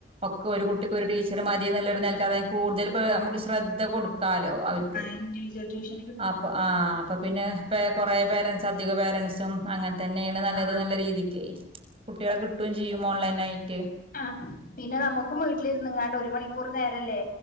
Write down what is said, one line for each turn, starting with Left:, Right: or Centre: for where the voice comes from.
Right: ഒക്കൊ ഒരു കുട്ടിക്ക് ഒരു ടീച്ചർ മതിന്ന്ള്ളൊരു നൽക അത കൂടുതല് നമുക്ക് ശ്രദ്ധ കൊടുക്കാലോ അവർക്ക്
Left: ഇൻഡിജ്യേഷൻ
Right: ആ അപ്പൊ പിന്നെ കൊറേ പേരൻറ്സ് അധിക പേരൻസും അങ്ങൻ തന്നേണ്
Left: അതാ
Right: നല്ലത് നല്ല രീതിക്കെ. കുട്ട്യേളെ കിട്ടും ചെയ്യും ഓൺലൈൻ ആയിട്ട്
Left: ആ പിന്നെ നമുക്കും വീട്ടിലിരുന്ന്ങ്ങാണ്ട് ഒരു മണിക്കൂർ നേരല്ലെ.